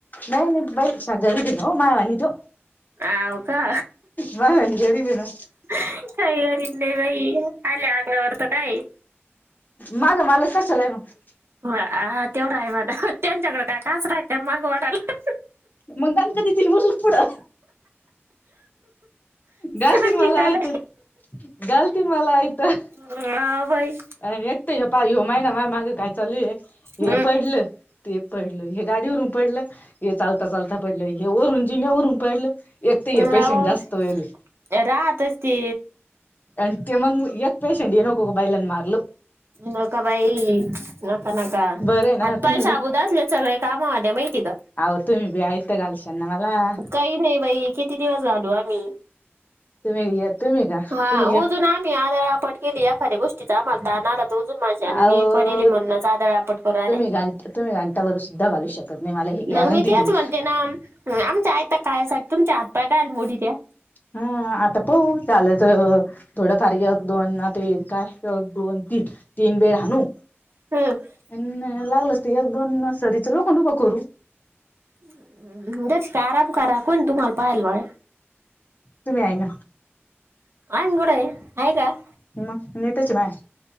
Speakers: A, on the left; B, on the right.
A: नाही, नाही, बैल तसा गरीब आहे ना ओ, मह्यावानी तेव.
B: आव का.
A: मायवानी गरीब आहे ना
B: काही गरीब नाही बाई, आल्या अंगावर तर काये?
A: माघ मालक कशाला आहे मग?
B: हा, तेवढं आहे म्हणा, त्यांच्याकडं काय कासरा आहे काय, मागं ओढायला.
A: मग दणका देतील, होतील पुढं. घालतीन
B: चांगली
A: मला
B: काल
A: आयतं, घालतीन मला आयतं.
B: हाव बाई.
A: अन् एक तर हे पाहाय ह्यो माहिना मह्या माग काय चालू ये, हे
B: हम्म
A: पडलं. ते पडलं, हे गाडीवरून पडलं, हे चालता चालता पडलं, हे वरून जिण्यावरून पडलं, एक तर हे पेशंट
B: राह
A: जास्त व्हयले.
B: राहतच ते
A: आणि ते मग एक पेशंट हे नको का, बैलांन मार
B: नका बाई, नका नका,
A: बरं आहे ना
B: हात पाय
A: तुम्ही
B: शाबुत असले सगळे काम होत्या, माहिती का?
A: अहो, तुम्ही बी आयतं घालशानना मला.
B: काही नाही बाई, किती दिवस घालू आम्ही.
A: तुम्ही तुम्ही का
B: हा!
A: तुम्ही
B: उजून आम्ही आदळआपट केली, एखाद्या गोष्टीचा आम्हाला ताण आला
A: अहो
B: <unintelligible> मी पडेले म्हणूनच, आदळ आपट करु राहिल्या.
A: तुम्ही घंटा तुम्ही घंटाभर सुद्धा घालू शकत नाही मला ही गॅरंटी
B: मग मी तेच
A: तुमची
B: म्हणते ना, आमच्या आयतं खायासाठी तुमचे हातपाय कायला मुडीत्या.
A: हा! आता पळून चालल्यात. थोडंफार एक, दोन ते काय एक, दोन, तीन. तीन बेळ हाणु.
B: <unintelligible>
A: अन् लागलस तर, एक दोन सरीचं लोखंड उभं करु.
B: <inaudible> तेच की, आराम करा कोण आहे तुम्हाला पाहायला मळ्यात.
A: तुम्ही आहे ना!
B: <unintelligible>
A: मग <unintelligible>